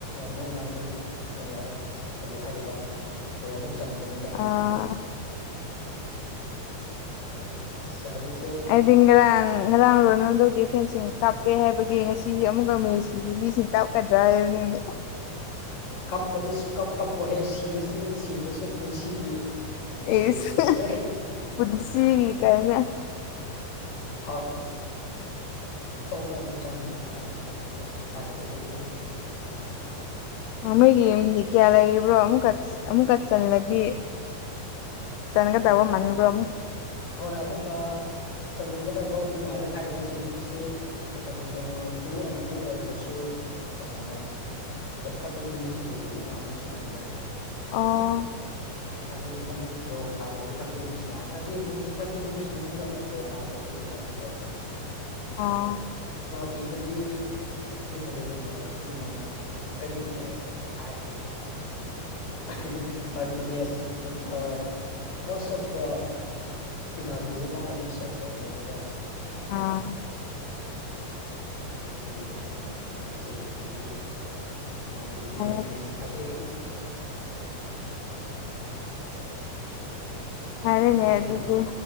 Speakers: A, on the left; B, on the left.
A: ꯃꯣꯏꯅ ꯑꯃꯨꯛ ꯀꯩꯅꯣ ꯀꯔꯤ ꯍꯥꯏ ꯒꯦꯗ ꯆꯟꯕꯅꯦꯕ ꯑꯔꯖꯦꯟꯇꯤꯅꯥꯅ
B: ꯑꯥ
A: ꯁꯔꯤ
B: ꯍꯥꯏꯗꯤ ꯉꯔꯥꯡ ꯉꯔꯥꯡ ꯔꯣꯅꯥꯜꯗꯧꯒꯝ ꯐꯦꯟꯁꯤꯡ ꯀꯥꯞꯄꯦ ꯍꯥꯏꯕ ꯌꯦ ꯉꯁꯤ ꯑꯃꯨꯛ ꯉꯁꯤꯒꯤ ꯃꯤꯁꯤꯡ ꯀꯞꯀꯗ꯭ꯔꯥ ꯍꯥꯏꯕꯅꯤꯅꯦ
A: ꯀꯞꯄꯗꯤ ꯁꯨꯀꯞ ꯀꯞꯄꯣꯏꯍꯦ ꯁꯤꯔꯁꯨ ꯁꯤꯗ꯭ꯔꯁꯨ ꯄꯨꯟꯁꯤꯒꯤ ꯃꯦꯁꯤ
B: ꯑꯦꯁꯨ
A: ꯂꯣꯏꯔꯦ
B: ꯄꯨꯟꯁꯤꯒꯤ ꯀꯥꯏꯅ
A: ꯊꯥꯎ ꯊꯣꯛꯑꯒ ꯑꯃꯨꯛ ꯆꯪꯉꯣ ꯌꯥꯒꯅꯤ ꯄꯥꯟꯅꯕꯗꯗꯤ
B: ꯃꯃꯣꯏꯒꯤ ꯃꯤꯅꯤꯠ ꯀꯌꯥ ꯂꯩꯔꯤꯕ꯭ꯔꯣ ꯑꯃꯨꯛ ꯑꯃꯨꯛꯀ ꯆꯜꯂꯗꯤ ꯆꯟꯒꯗꯕ ꯃꯟꯕ꯭ꯔꯣ
A: ꯍꯣꯏ ꯑꯃꯨꯛꯀ ꯆꯟꯒꯗꯕꯕꯨꯗꯤ ꯃꯥꯜꯂꯦ ꯍꯥꯏꯗꯤ ꯁꯤ ꯀꯩꯅꯣ ꯇꯨ ꯑꯦꯟ ꯇꯨ ꯑꯣꯏꯈ꯭ꯔꯁꯨ ꯀꯩꯅꯣ ꯊꯥꯔꯇꯤ ꯃꯤꯅꯤꯠꯁꯤ ꯂꯩꯔꯤꯗꯅ ꯑꯃꯨꯛ ꯁꯤꯟꯅꯅꯤꯡꯉꯥꯏ
B: ꯑꯣ
A: ꯊꯥꯔꯇꯤ ꯃꯤꯠ ꯑꯃꯨꯛ ꯗ꯭ꯔꯣ ꯇꯥꯔꯗꯤ ꯊꯥꯔꯇꯤ <unintelligible> ꯇꯤ ꯃꯣꯅꯨ ꯊꯥꯔꯇꯤ ꯃꯤꯅꯤꯁ ꯃꯅꯨꯡꯗ ꯑꯃꯨꯛ ꯗꯔꯣ ꯇꯥꯈ꯭ꯔꯗꯤ ꯄꯤꯅꯥꯜꯇꯤ ꯇꯧꯔꯅꯤ
B: ꯑꯥ
A: ꯄꯤꯗꯗꯤ ꯑꯗꯨꯝ ꯑ꯭ꯔꯖꯦꯟꯇꯤꯅꯥꯅ ꯑꯗꯨꯝ ꯉꯝ ꯉꯝꯒꯅꯤꯅ ꯂꯩꯔꯕꯅꯤꯗ ꯍꯥꯏꯗꯤ <unintelligible> Martinez keeper most of the ꯄꯤꯅꯥꯜꯇꯤꯁꯦ ꯃꯥꯅ ꯗꯨꯝ ꯁꯦꯞ ꯇꯧꯕꯅꯦꯕꯀꯣ <unintelligible>
B: ꯑꯥ
A: ꯑꯗꯨꯒꯤ ꯌꯥꯝꯅ ꯊꯥꯖꯩ ꯑꯩꯗꯤ ꯄꯤꯅꯥꯇꯤꯗꯗꯤ
B: ꯐꯔꯦ
A: ꯃꯥꯔꯇꯤꯅꯦꯁ ꯊꯥꯖꯩ
B: ꯐꯔꯦꯅꯦ
A: ꯑꯦ
B: ꯑꯗꯨꯗꯤ